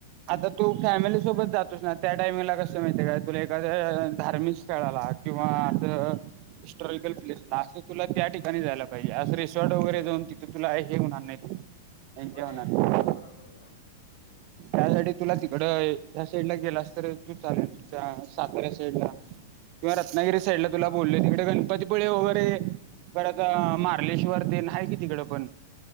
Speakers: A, on the right; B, on the left.
A: आता तू फॅमिली सोबत जातोस ना त्या टाइमिंगला कसं माहितीय काय तुला एका धार्मिक स्थळाला किंवा असं हिस्टॉरिकल प्लेस ला असं तुला त्या ठिकाणी जायला पाहिजे असं रिसॉर्ट वगैरे जाऊन तिथ तुला हे होणार नाही एन्जॉय
B: हो नाही
A: होणार
B: मग बरोबर आहे बरोबर आहे
A: नाही तुला तिकड ह साईड ला गेलास तर तू चालेल सातार्या साईड ला किंवा रत्नागिरी
B: सातारा
A: साईड
B: साईडला
A: ला तुला बोलले तिकडे गणपतीपुळे वर परत मारलेश्वर ते आहे कि तिकड पण